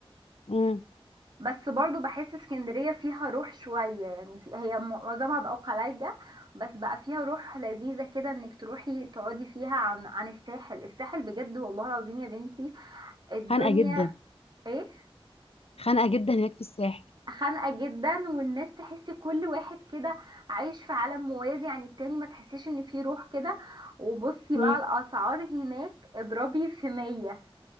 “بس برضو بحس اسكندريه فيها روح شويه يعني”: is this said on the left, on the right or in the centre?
Right